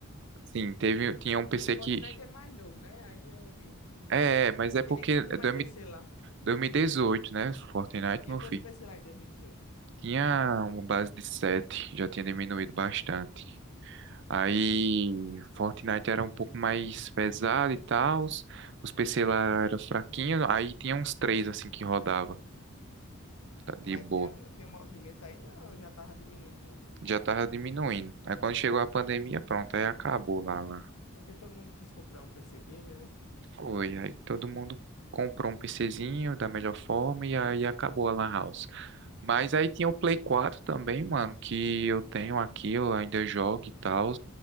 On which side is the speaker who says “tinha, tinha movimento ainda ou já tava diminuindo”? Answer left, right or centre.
Left